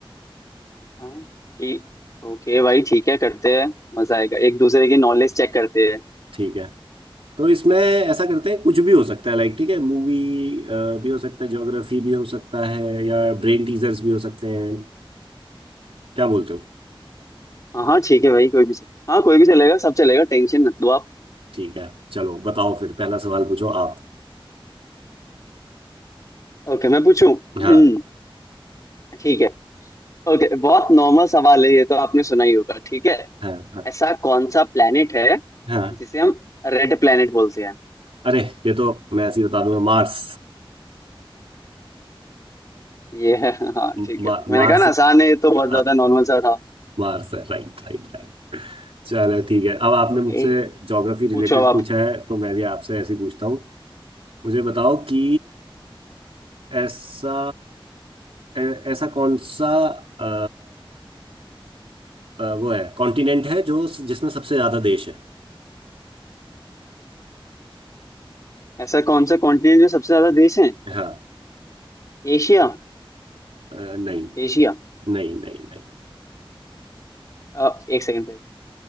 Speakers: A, on the left; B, on the right.
A: हाँ ठीक ओके भाई ठीक है करते हैं मजा आएगा एक दूसरे की नॉलेज चेक करते हैं
B: ठीक है तो इसमें ऐसा करते हैं कुछ भी हो सकता है लाइक ठीक है मूवी भी हो सकता है ज्योग्राफी भी हो सकता है या ब्रेन टीजर्स भी हो सकते हैं क्या बोलते हो
A: हाँ हाँ ठीक है भाई कोई भी चल- हाँ कोई भी चलेगा सब चलेगा टेंशन मत लो आप
B: ठीक है चलो बताओ फिर पहला सवाल पूछो आप
A: ओके मैं पूछूं हम्म,
B: हाँ
A: ठीक है ओके बहुत नॉर्मल सवाल है ये तो आपने सुना ही होगा ठीक है
B: हाँ हाँ
A: ऐसा कौन सा प्लेनेट है
B: हाँ
A: जिसे हम रेड प्लेनेट बोलते हैं
B: अरे ये तो मैं ऐसे ही बता दूंगा मार्स
A: ये है हाँ
B: मा,
A: ठीक है
B: मार्स
A: मैंने कहा ना आसान है ये तो बहुत
B: आ,
A: ज्यादा नॉर्मल सा था
B: बाहर से Right right right चलो ठीक है अब आपने
A: ओके
B: मुझसे ज्योग्राफी रिलेटेड
A: पूछो अब आप
B: पूछा है तो मैं भी आपसे ऐसे ही पूछता हूँ मुझे बताओ कि ऐसा ऐ- ऐसा कौन सा अ, अ, वो है कॉन्टिनेंट है जो जिसमें सबसे ज्यादा देश है
A: ऐसा कौन सा कॉन्टिनेंट में सबसे ज्यादा देश है
B: हाँ
A: एशिया
B: अ, नहीं
A: एशिया
B: नहीं नहीं नहीं
A: अ, एक सेकंड पे